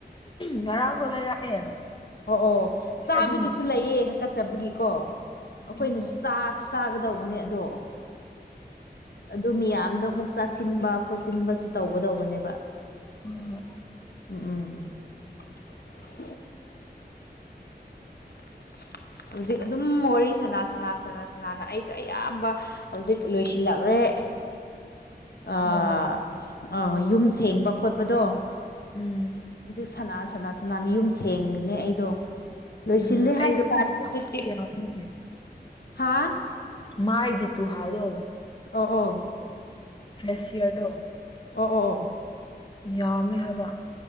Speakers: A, on the left; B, on the left.
A: ꯉꯔꯥꯡꯗꯣ ꯂꯩꯔꯛꯑꯦ
B: ꯑꯣ ꯑꯣ ꯆꯥꯕꯒꯤꯁꯨ
A: ꯑꯗꯨꯅ
B: ꯂꯩꯌꯦꯦ ꯀꯠꯆꯕꯒꯤꯀꯣ ꯑꯩꯈꯣꯏꯅꯁꯨ
A: ꯑꯣ ꯑꯣ
B: ꯆꯥꯁꯨ ꯆꯥꯒꯗꯧꯕꯅꯦ ꯑꯗꯣ ꯑꯗꯨ ꯃꯤꯌꯥꯝꯗꯣ ꯑꯃꯨꯛ ꯆꯥꯁꯤꯟꯕ ꯈꯣꯠꯆꯤꯟꯕꯁꯨ ꯇꯧꯒꯗꯧꯕꯅꯦꯕ
A: ꯍꯣꯏ ꯍꯣꯏ
B: ꯎꯝ ꯎꯝ ꯎꯝ <inaudible> ꯍꯧꯖꯤꯛ ꯑꯗꯨꯝ ꯋꯥꯔꯤ ꯁꯅꯥ ꯁꯅꯥ ꯁꯅꯥ ꯁꯅꯥꯅ ꯑꯩꯁꯨ ꯑꯌꯥꯝꯕ ꯍꯧꯖꯤꯛ ꯂꯣꯏꯁꯤꯜꯂꯛ꯭ꯔꯦ ꯑꯦ
A: ꯍꯣꯏ ꯍꯣꯏ ꯍꯣꯏ
B: ꯑꯥ ꯌꯨꯝ ꯁꯦꯡꯕ ꯈꯣꯠꯄꯗꯣ
A: ꯎꯝ
B: ꯍꯧꯖꯤꯛ ꯁꯅꯥ ꯁꯅꯥ ꯁꯅꯥꯅꯤ ꯌꯨꯝ ꯁꯦꯡꯈ꯭ꯔꯤꯅꯦ ꯑꯩꯗꯣ ꯂꯣꯏꯁꯤꯜꯂꯤꯦ
A: ꯎꯝ ꯎꯝ ꯑꯩꯗꯣ
B: ꯍꯥꯏꯗꯤꯥ ꯍꯧꯖꯤꯛꯇꯤ
A: ꯌꯥꯝꯃꯦ
B: ꯍꯥ
A: ꯃꯥꯏꯒꯤ ꯇꯨꯍꯥꯎꯗꯧ
B: ꯑꯣ ꯑꯣ
A: ꯐ꯭ꯂꯦꯁꯤꯌꯥꯔꯗꯣ
B: ꯑꯣ ꯑꯣ
A: ꯌꯥꯝꯃꯦ ꯍꯥꯏꯕ